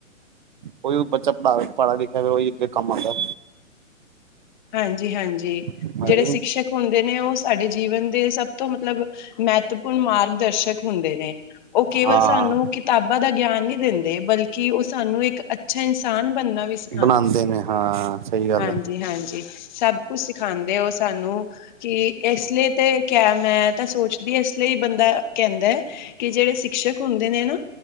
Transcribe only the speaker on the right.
ਕੋਈ ਬੱਚਾ ਪੜਾ ਪੜ੍ਹ ਲਿਖਿਆ ਫਿਰ ਉਹੀ ਅੱਗੇ ਕੰਮ ਆਂਦਾ।
ਹੈ
ਕਿ
ਨਹੀਂ?
ਹਾਂ
ਬਣਾਂਦੇ ਨੇ ਹਾਂ ਸਹੀ ਗੱਲ
ਆ।